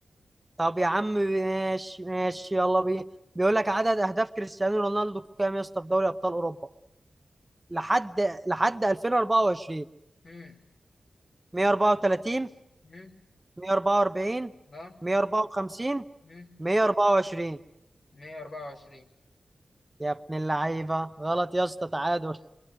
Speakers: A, on the right; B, on the left.
A: طب يا عم ماشي ماشي يلا بينا بيقول لك عدد اهداف كريستيانو رونالدو كام يا اسطى في دوري ابطال اوروبا لحد لحد 2024
B: مم.
A: 134
B: مم.
A: 144
B: اه
A: 154
B: مم.
A: 124
B: 124
A: يا ابن اللعيبه غلط يا اسطى تعادل <laughs>